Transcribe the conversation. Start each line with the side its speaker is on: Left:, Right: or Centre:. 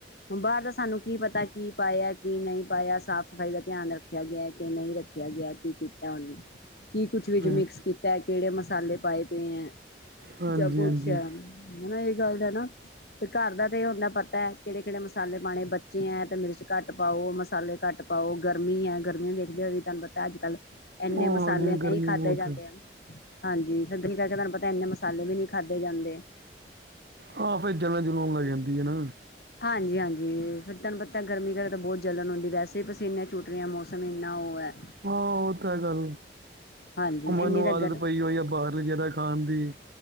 Left: ਹੁਣ ਬਾਰ ਦਾ ਸਾਨੂੰ ਕੀ ਪਤਾ ਕੀ ਪਾਇਆ ਕੀ ਨਈ ਪਾਇਆ ਸਾਫ਼-ਸਫ਼ਾਈ ਦਾ ਧਿਆਨ ਰੱਖਿਆ ਗਿਆ ਕਿ ਨਈ ਰੱਖਿਆ ਗਿਆ ਕੀ ਕੀਤਾ ਹੁਨ ਕੀ ਕੁਛ ਵਿਚ
Right: ਹਾਂ,
Left: ਮਿਕਸ ਕੀਤਾ ਕੇਹੜੇ ਮਸਾਲੇ ਪਾਏ ਪਏ ਐ
Right: ਹਾਂਜੀ-ਹਾਂਜੀ,
Left: ਜਾਂ ਕੁਛ ਹੂੰ ਹਨਾ ਏਹ ਗੱਲ ਦਾ ਨਾ ਤੇ ਘਰ ਦਾ ਏ ਹੁੰਦਾ ਪਤਾ ਕੇਹੜੇ-ਕੇਹੜੇ ਮਸਾਲੇ ਪਾਨੇ ਬੱਚੇ ਐ ਤੇ ਮਿਰਚ ਘੱਟ ਪਾਓ ਮਸਾਲੇ ਘੱਟ ਪਾਓ ਗਰਮੀ ਆ ਗਰਮੀ ਦੇਖਦੇ ਹੋਏ ਵੀ ਤੁਹਾਨੂੰ ਪਤਾ ਅੱਜ-ਕੱਲ ਇੰਨੇ
Right: ਉਹ
Left: ਮਸਾਲੇ
Right: ਹਾਂਜੀ ਗਰਮੀ
Left: ਨਈ ਖਾਧੇ
Right: ਬਹੁਤ
Left: ਜਾਂਦੇ
Right: ਹੈ।
Left: ਹਨ। ਹਾਂਜੀ ਫੇਰ <unintelligible> ਕਰਕੇ ਤੁਹਾਨੂੰ ਪਤਾ ਇੰਨੇ ਮਸਾਲੇ ਵੀ ਨੀ ਖਾਧੇ ਜਾਂਦੇ।
Right: ਹਾਂ ਫੇਰ ਜਲਨ-ਜੁਲਨ ਹੋਣ ਲੱਗ ਜਾਂਦੀ ਐ ਨਾ।
Left: ਹਾਂਜੀ-ਹਾਂਜੀ ਫੇਰ ਤਾਨੂੰ ਪਤਾ ਗਰਮੀ ਕਰਕੇ ਬੋਤ ਜਲਣ ਹੁੰਦੀ ਵੈਸੇ ਵੀ ਪਸੀਨਾ ਛੁਟ ਰਹੇ ਐ ਮੌਸਮ ਐਨਾ ਓ ਐ।
Right: ਹਾਂ ਓ ਤਾਂ ਐ ਗੱਲ
Left: ਹਾਂਜੀ
Right: ਓ ਮੈਨੂੰ
Left: ਇੰਨੀ ਤਾਂ
Right: ਆਦਤ
Left: ਗਰਮ
Right: ਪਈ ਹੋਈ ਆ ਬਾਰਲੀ ਜ਼ਿਆਦਾ ਖਾਣ ਦੀ।